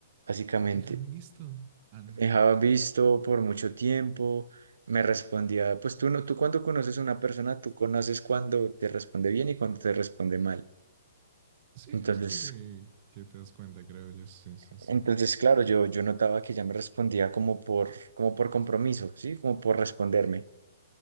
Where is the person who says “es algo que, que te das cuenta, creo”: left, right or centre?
Right